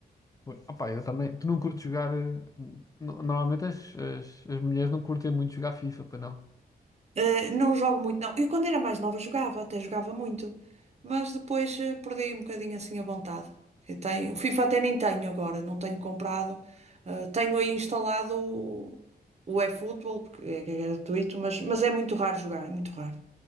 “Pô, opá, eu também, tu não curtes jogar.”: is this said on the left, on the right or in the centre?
Left